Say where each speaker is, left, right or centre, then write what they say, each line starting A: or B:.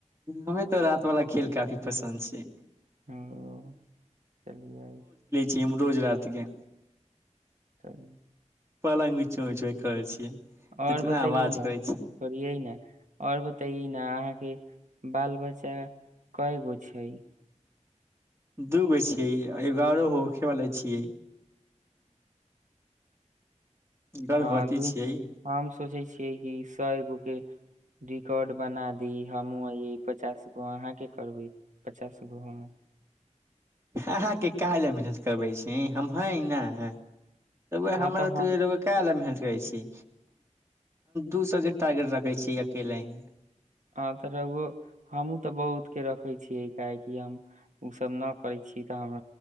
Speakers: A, on the right (about 20°); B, on the right (about 80°).
A: हमे तो राति वाला खेल काफी पसन्द छैिय
B: ओ चलियियै
A: कीम रोज राति के
B: चलि
A: पलङग बि चोचु करै छियै
B: आओर
A: इतना
B: बताइये
A: आवाज
B: ना
A: करै छी
B: थोड़ियै ने आओर बताये न अहाँके बाल बच्चा कयगो छै
A: दूगो छियै एगो आओर हो खेवाला छियै गर्भवती
B: आ दू
A: छियै
B: हम सोचै छियै कि कयगो के रिकॉ्ड बना दी हमहू य पचास गो अहाँ के करबै पचास गो हम
A: अहाँके काहुले लए मेहनत करबै छी हम है न है रहुआ
B: हँ
A: हमरा
B: तऽ हम
A: त काय ला मेहनत छी दू सए के टारगेट राखे छी अकेले ही
B: हँ तऽ रह हमहूँ तऽ बहुत के रखे छियै काहेकि हम ओसभ नहि करै छीियै तऽ हम